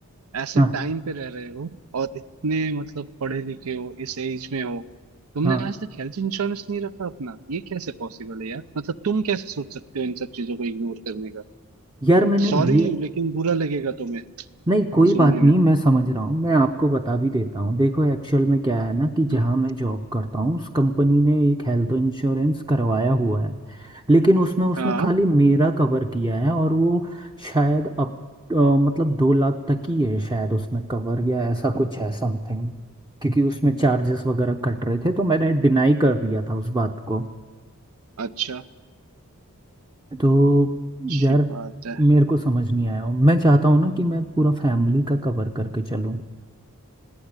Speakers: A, on the right; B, on the right.
A: ऐसे
B: हाँ
A: टाइम पे रह रहे हो और इतने मतलब पढ़े लिखे हो इस एज में हो तुमने
B: हाँ
A: आज तक हेल्थ इंश्योरेंस नहीं रखा अपना ये कैसे पॉसिबल है यार मतलब तुम कैसे सोच सकते हो इन सब चीजों को इग्नोर करने का
B: यार मैंने
A: सॉरी
B: लिया
A: लेकिन बुरा लगेगा तुम्हें
B: नहीं कोई
A: सुनने
B: बात
A: में
B: नहीं मैं समझ रहा हूँ मैं आपको बता भी देता हूँ देखो एक्चुअल में क्या है ना कि जहाँ
A: हम्म,
B: मैं जॉब करता हूँ उस कंपनी ने एक हेल्थ इंश्योरेंस करवाया हुआ है लेकिन उसमें उसने
A: हाँ
B: खाली मेरा कवर किया है और वो शायद अब अ, मतलब दो लाख तक ही है शायद उसमें कवर या ऐसा कुछ है समथिंग क्योंकि उसमें चार्जेस वगैरह कट रहे थे तो मैंने डिनाई कर दिया था उस बात को
A: अच्छा
B: तो
A: अच्छी
B: यार
A: बात है
B: मेरे को समझ नहीं आया मैं चाहता हूँ ना कि मैं पूरा फैमिली का कवर करके चलूँ